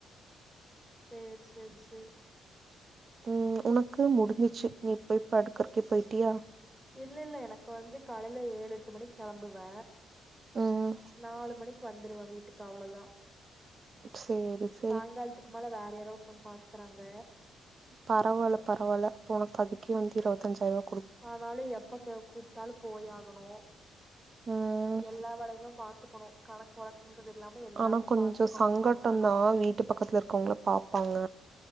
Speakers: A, on the right; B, on the right.
A: சேரி சேரி சேரி
B: ம் உனக்கு முடிஞ்சிர்ச்சு நீ போய் படுக்கறக்கே போய்ட்டியா
A: இல்லில்ல எனக்கு வந்து காலைல ஏழெட்டு மணிக்கெளம்புவ
B: ம்
A: நாலு மணிக்கு வந்துருவ வீட்டுக்கு அவ்வளதா
B: சேரி சேரி
A: சாயங்கால்த்துக்கு மேல வேற யார் ஒருத்தங் பாத்துக்குறாங்க
B: பரவால பரவால போனக் அதுக்கே வந்து இருவத்தஞ்சாயிரோ
A: ஆனாலு எப்ப கே கூப்ட்டாலு போயாகணு
B: ம்
A: எல்லா வலையும பா த்துக்கணு கணக் வழக் குங்கது இல்லாம எல்லாமே
B: ஆனா கொஞ்சோ
A: பாத்துக்கணு
B: சங்கட்டந்தா
A: பண்ணணு
B: வீட்டு பக்கத்துல இருக்கவங்கள பாப்பாங்க